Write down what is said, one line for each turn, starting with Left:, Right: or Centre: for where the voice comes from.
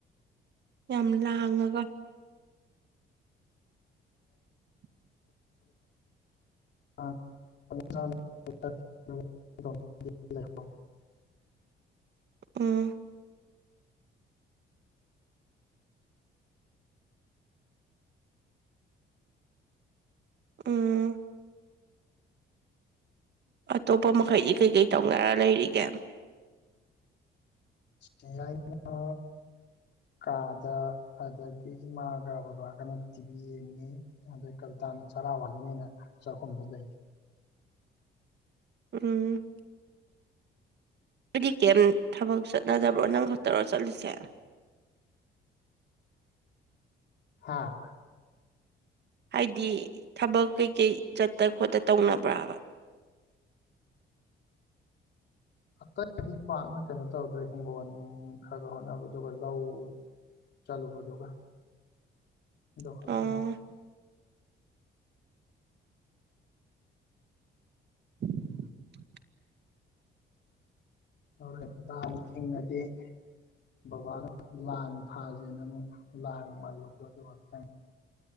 Right: ꯌꯥꯝ ꯂꯥꯡꯉꯒ <unintelligible>
Left: <inaudible>
Right: ꯎꯝ ꯎꯝ ꯑꯇꯣꯞꯄ ꯃꯈꯩꯗꯤ ꯀꯩꯀꯩ ꯇꯧꯅꯔ ꯂꯩꯔꯤꯒꯦ
Left: ꯆꯦ ꯌꯥꯏ ꯅꯥ
Right: <inaudible>
Left: ꯀꯥꯗ ꯑꯗꯒꯤ ꯏꯃꯥꯒ ꯕꯕꯥꯒꯅ ꯇꯤꯚꯤ ꯌꯦꯡꯉꯤ ꯑꯗꯩ ꯀꯕꯤꯇꯥꯅ ꯆꯔꯥ ꯋꯥꯠꯂꯨꯅꯤꯅ ꯆꯥꯛꯈꯨꯝꯗ ꯂꯩ
Right: <inaudible> ꯎꯝ ꯑꯩꯗꯤ ꯀꯦꯝ ꯊꯕꯛ ꯆꯠꯅꯗꯕ꯭ꯔꯣ ꯅꯪ ꯈꯛꯇꯔꯣ ꯆꯠꯂꯤꯁꯦ <inaudible>
Left: ꯍꯥꯥ
Right: ꯍꯥꯏꯗꯤ ꯊꯕꯛ ꯀꯩꯀꯩ ꯆꯠꯇ ꯈꯣꯠꯇ ꯇꯧꯅꯕ꯭ꯔꯥꯕ <unintelligible>
Left: ꯑꯇꯩꯗꯤ ꯄꯥꯛꯅ ꯀꯩꯅꯣ ꯇꯧꯗ꯭ꯔꯦ ꯍꯤꯡꯒꯣꯜ ꯈꯔꯒ ꯍꯣꯠꯅꯕ ꯑꯗꯨꯒ ꯂꯧ ꯆꯠꯂꯨꯕꯗꯨꯒꯥ
Right: <inaudible>
Left: ꯑꯗꯨ ꯈꯛꯇꯪ
Right: ꯑꯣ <inaudible>
Left: ꯍꯣꯏ ꯂꯥꯡ ꯊꯤꯡꯉꯗꯤ ꯕꯕꯥꯅ ꯂꯥꯡ ꯊꯥꯁꯦꯅ ꯑꯃꯨꯛ ꯂꯥꯡ ꯃꯥꯜꯂꯨ ꯗ ꯑꯗꯨꯁꯇ